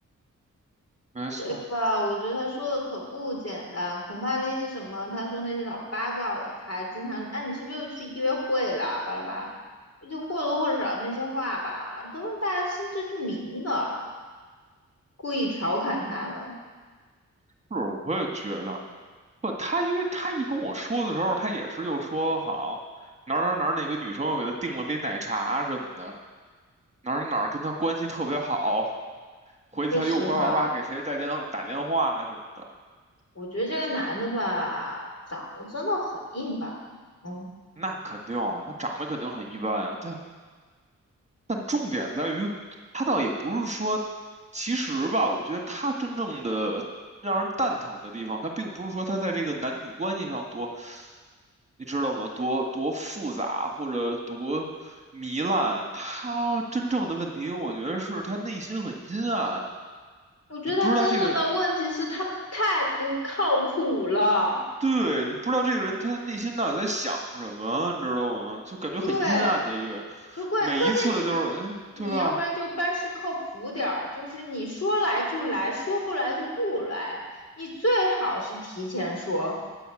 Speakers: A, on the right; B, on the left.
A: 没错儿
B: 对吧？我觉得他说的可不简单，恐怕那些什么，他说那些老八卦，他经常，哎，你是不是又去约会了？巴拉巴拉就或多或少那些话吧，都是大家心知肚明的，故意调侃他的。
A: 是，我也觉得。不，他因为他一跟我说的时候，他也是又说好哪儿哪儿哪儿哪个女生又给他订了杯奶茶什么的，哪儿哪儿哪儿跟他关系特别好，回去他又呱呱呱给谁带电打电话什么的，
B: 说实话，我觉得这个男的吧，长得真的很一般，嗯。
A: 那肯定啊，他长得肯定很一般啊，他但重点在于，他倒也不是说，其实吧，我觉得他真正的让人蛋疼的地方，他并不是说他在这个男女关系上多，你知道吗？多多复杂或者多糜烂，他真正的问题，我觉得是他内心很阴暗，
B: 我觉得他真正的问题是他太不靠谱了。
A: 你不知道这个人，对，你不知道这个人他内心到底在想什么，你知道吗？就感觉很阴暗的一个人
B: 对，就关关键你你要不然就办事靠谱点儿，
A: 每一次就是，嗯，对吧？
B: 就是你说来就来，说不来就不来，你最好是提前说，